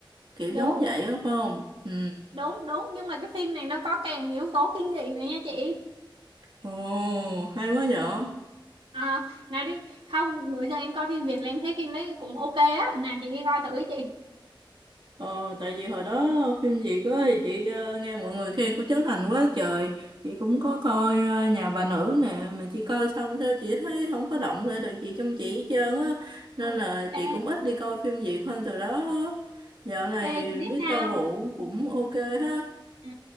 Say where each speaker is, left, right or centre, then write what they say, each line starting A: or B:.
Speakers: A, on the right; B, on the right.
A: kiểu
B: đúng
A: giống vậy đó phải không? Ừ.
B: đúng đúng nhưng mà cái phim này nó có kèm yếu tố kinh dị này nha chị
A: Ồ, hay quá vậy.
B: À, nào đi không bữa giờ em coi phim Việt là em thấy phim đấy cũng ok á nào chị đi coi thử ý chị
A: Ờ, tại vì hồi đó phim Việt á thì chị ờ, nghe mọi người khen của Trấn Thành quá trời chị cũng có coi ờ, Nhà bà nữ nè mà chị coi xong sao chị thấy không có động lại được chị trong chị hết trơn á nên
B: Ừ.
A: là
B: ê,
A: chị cũng ít đi coi phim Việt hơn từ đó dạo này
B: ê chị biết
A: Victor
B: sao
A: Vũ
B: không
A: cũng ok ha
B: ừ.